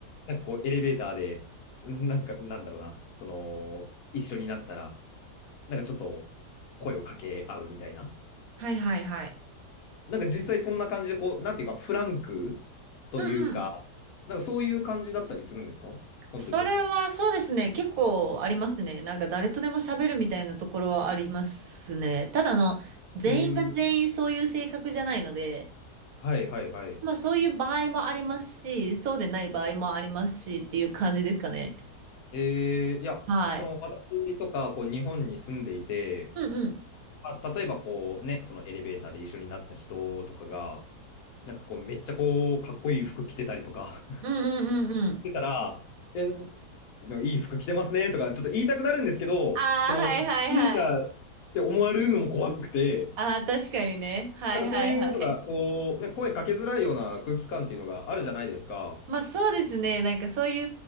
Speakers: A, on the left; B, on the right.
A: なんかこう、エレベーターで、うんなんか、なんだろうな、その、一緒になったら、なんかちょっと声を掛け合うみたいな。
B: はいはいはい。
A: なんか実際そんな感じで、こう、なんていうか、フランクというか、
B: うんうん。
A: なんかそういう感じだったりするんですか本当に。
B: それはそうですね。結構ありますね。なんか誰とでも喋るみたいなところはありますね。ただあの、全員が全員そういう性格じゃないので、
A: えー、はいはいはい。
B: まあそういう場合もありますし、そうでない場合もありますしっていう感じですかね。
A: はいえー、いや、
B: はい。
A: その私とか、こう、日本に住んでいて、
B: うんうん。
A: まあ、例えばこうね、そのエレベーターで一緒になった人とかが、なんかこう、めっちゃこう、かっこいい服着てたりとか、
B: うんうんうんうん。
A: てたら、え、のいい服着てますねとか、ちょっと言いたくなるんですけど、
B: ああ、
A: その、
B: はいはいはい。
A: ミュージシャンって思われるのも怖くて、
B: ああ、確かにね。はいはいはい。
A: なんかそういうのが、こう、ね、声かけづらいような空気感っていうのがあるじゃないですか。
B: <laughs> まあそうですね。なんかそうい